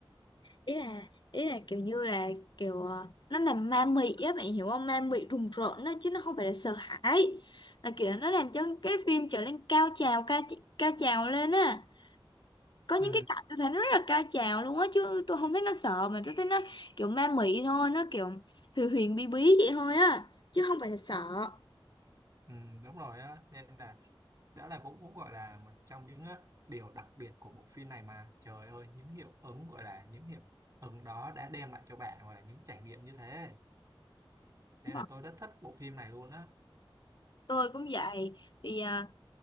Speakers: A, on the left (about 55°); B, on the right (about 40°).
A: ý là ý là kiểu như là kiểu ờ, nó làm ma mị á bạn hiểu không ma mị rùng rợn đó chứ nó không phải là sợ hãi là kiểu nó làm cho cái phim trở nên cao trào cao cao trào lên á có những
B: ừ,
A: cái cảnh tôi thấy nó rất là cao trào luôn á chứ tôi không thấy nó sợ mà tôi thấy nó kiểu ma mị thôi nó kiểu huyền huyền bí bí vậy thôi á chứ không phải là sợ
B: Ừ, đúng rồi á nên là đó là cũng cũng gọi là một trong những á, điều đặc biệt của bộ phim này mà trời ơi những hiệu ứng gọi là những hiệu ứng đó đã đem lại cho bạn gọi là những trải nghiệm như thế nên
A: Đúng rồi.
B: là tôi rất thích bộ phim này luôn á
A: tôi cũng vậy thì ờ,